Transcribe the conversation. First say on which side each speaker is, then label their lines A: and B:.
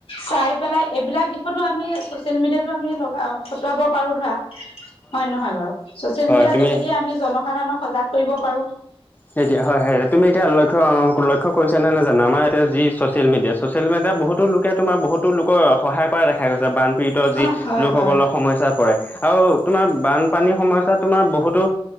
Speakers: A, on the left; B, on the left.
A: চাই পেলাই এইবিলাক দিশতো আমি চচিয়েল মিডিয়াতো আমি লগা খটুৱাব পাৰো ধৰা হয় নহয় বাৰু ছচিয়েল
B: হয়
A: মিডিয়াৰ
B: তুমি
A: যোগেদিয়ে আমি জনসাধাৰণক সজাগ কৰিব পাৰো।
B: সেইতিয়া হয় হয় তুমি এতিয়া লক্ষ্ লক্ষয় কৰিছ নে - নে জানো আমাৰ এতিয়া যি চচিয়েল মিডিয়া ছ'চিয়েল মিডিয়াত বহুতো লোকে তোমাৰ বহুতো লোকৰ সহায় কৰা দেখা গৈছে বান পীড়িত যি
A: হয় হয়
B: লোকসকলৰ
A: হয়
B: সমস্যাত পৰে আৰু তোমাৰ বানপানীৰ সমস্যাত তোমাৰ বহুতো